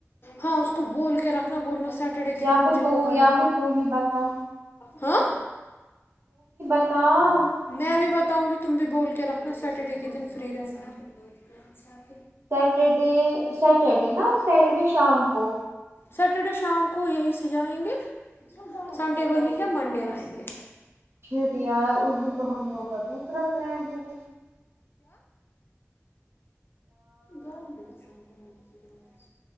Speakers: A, on the left; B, on the right.
A: ہاں اس کو بول کے رکھنا بولنا سیٹرڈے کے
B: یا
A: دن
B: پھر
A: مجھے
B: تو
A: کوک ہے
B: یا پھر تو ہی بتا
A: ہاں
B: تا
A: میں بھی بتاؤں گی تم بھی بول کے رکھنا سٹرڈے کے دن فری رہنا ہے
B: سیٹرڈے سیٹرڈے نا سیٹرڈے شام کو
A: سٹرڈے شام کو یہی سے جائیں گے سنڈے وہی ہے منڈے آئیں گے
B: کٹییار اس دن تو ہم لوگوں کا دوسرا پلان ہے پھر
A: گرم گسان گان زادت